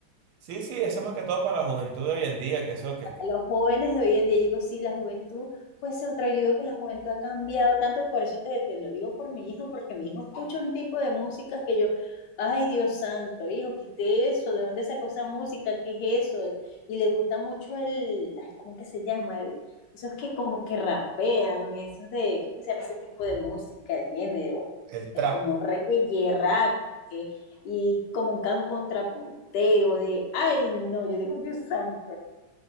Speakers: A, on the right (about 75°); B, on the left (about 65°).
A: sí, sí, eso es más que todo para la juventud de hoy en día, que eso, que
B: a
A: que
B: los jóvenes de hoy en día, yo digo, sí, la juventud, pues otra, yo digo que la juventud ha cambiado tanto, por eso te, te lo digo por mi hijo, porque mi hijo escucha un tipo de música que yo, ay Dios santo, hijo, quité eso, ¿de dónde sacó esa música? ¿Qué es eso? El- y le gusta mucho el, ay, ¿cómo que se llama? El- esos que como que rapean, esos de, ¿cómo se llama ese tipo de música, de género?
A: el trap.
B: Es como reggae, rap, que- y como un canto contrapunteo de, ay no, yo digo Dios santo.